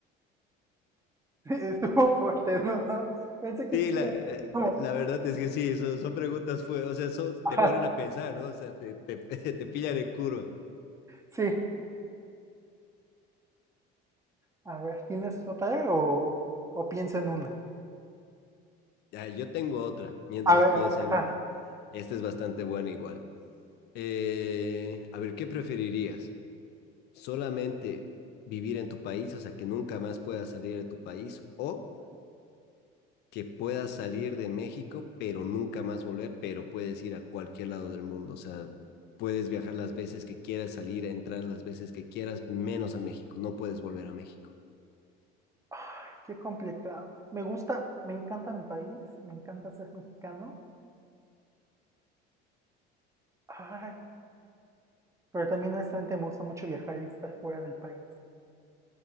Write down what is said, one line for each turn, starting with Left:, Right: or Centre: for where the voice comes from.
Right: <laughs> Estuvo fuerte, ¿no? No, pensé que
Left: Sí,
Right: iba a
Left: la,
Right: ser
Left: eh,
Right: como
Left: la verdad es que sí, son, son preguntas, fue, o sea, son- te
Right: Ja,
Left: ponen a
Right: <laughs>
Left: pensar, ¿no? O sea, te, te, <laughs> te pillan en curva.
Right: sí, a ver, ¿tienes otra o, o piensa en una?
Left: Ya, yo tengo otra, mientras
Right: A ver,
Left: piensa
Right: a ver, ajá.
Left: en una. Esta es bastante buena igual. Eh, a ver, ¿qué preferirías? ¿Solamente vivir en tu país, o sea, que nunca más puedas salir de tu país, o que puedas salir de México, pero nunca más volver, pero puedes ir a cualquier lado del mundo. O sea, puedes viajar las veces que quieras, salir, entrar las veces que quieras, menos a México. No puedes volver a México.
Right: Ay, qué complicado. Me gusta, me encanta mi país, me encanta ser mexicano. Ay, pero también honestamente me gusta mucho viajar y estar fuera del país.